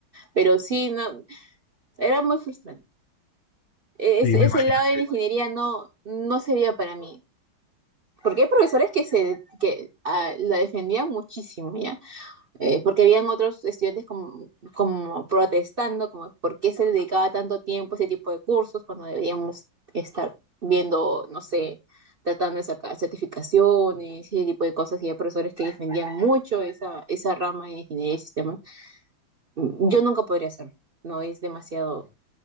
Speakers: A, on the right; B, on the left.
A: pero sí, no, era muy frustrante. E-
B: Sí,
A: ese
B: me imagino
A: ese lado de la ingeniería no, no sería para mí, porque hay profesores que se, que ah, la defendían muchísimo, ¿ya? eh, porque habían otros estudiantes como, como protestando, como por qué se dedicaba tanto tiempo a ese tipo de cursos cuando deberíamos estar viendo, no sé, tratando de sacar certificaciones, ese tipo de cosas, y hay profesores que defendían mucho esa, esa rama en ingeniería de sistemas. Mm, Yo nunca podría hacerlo, no es demasiado,